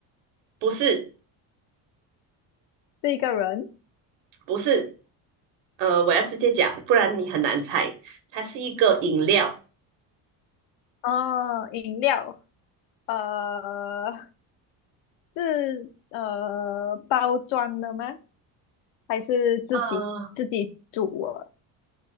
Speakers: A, on the right; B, on the left.
A: 不是，
B: 是一个人？
A: 不是。呃，我要直接讲，不然你很难猜。它是一个饮料，
B: 哦，饮料，呃，是呃包装的吗？还是自己自己煮的？
A: 呃，